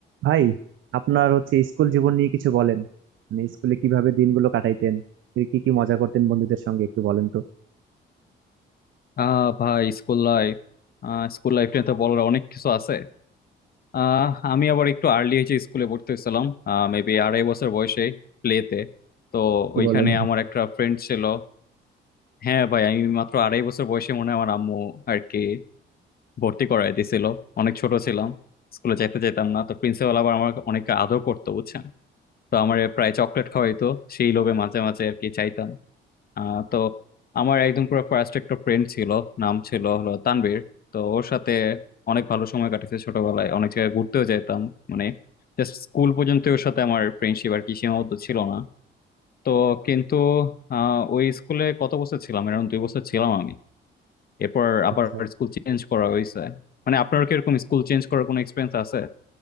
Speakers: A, on the right; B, on the left.
A: ভাই আপনার হচ্ছে স্কুল জীবন নিয়ে কিছু বলেন মানে স্কুলে কিভাবে দিনগুলো কাটাইতেন কি কি মজা করতেন বন্ধুদের সঙ্গে একটু বলেন তো
B: আহ ভাই স্কুল লাইফ school life নিয়ে তো বলার অনেক কিছু আছে আহ আমি আবার একটু আর্লি হয়েছে স্কুলে ভর্তি হয়েছিলাম মেবি আড়াই বছর বয়সে প্লেতে তো
A: কি
B: ওইখানে
A: বলেন
B: আমার একটা ফ্রেন্ড ছিল হ্যাঁ ভাই আমি মাত্র আড়াই বছর বয়সে মনে হয় আমার আম্মু আর কি ভর্তি করাই দিয়েছিল অনেক ছোট ছিলাম স্কুলে যাইতে যেতাম না তো প্রিন্সিপাল আবার আমার অনেক আদর করতো বুঝছেন তো আমার প্রায় চকলেট খাওয়াইতো সেই লোভে মাঝে মাঝে আর কি চাইতাম আহ, তো আমার একদম পুরো ফার্স্ট একটা ফ্রেন্ড ছিল নাম ছিল হলো তানভীর তো ওর সাথে অনেক ভালো সময় কাটেছে ছোটবেলায় অনেক জায়গায় ঘুরতেও যেতাম মানে জাস্ট স্কুল পর্যন্ত ওর সাথে আমার ফ্রেন্ডশিপ আর কি সীমাবদ্ধ ছিল না তো কিন্তু আহ, ওই স্কুলে কত বছর ছিলাম এরকম দুই বছর ছিলাম আমি এরপর আবার
A: আচ্ছা আচ্ছা
B: স্কুল চেঞ্জ করা হয়েছে মানে আপনার কি এরকম স্কুল চেঞ্জ করার কোনো এক্সপিরিয়েন্স আছে